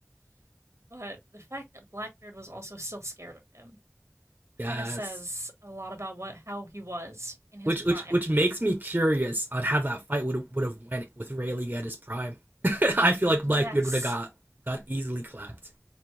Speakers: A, on the right (about 80°); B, on the right (about 40°).
A: but the fact that Blackbeard was also still scared of him
B: Yes,
A: kind of says a lot about what how he was in his
B: which
A: prime.
B: which which makes me curious on how that fight would would have went with Rayleigh at his prime. <laughs> I feel like
A: Yes,
B: Blackbeard would have got got easily clapped.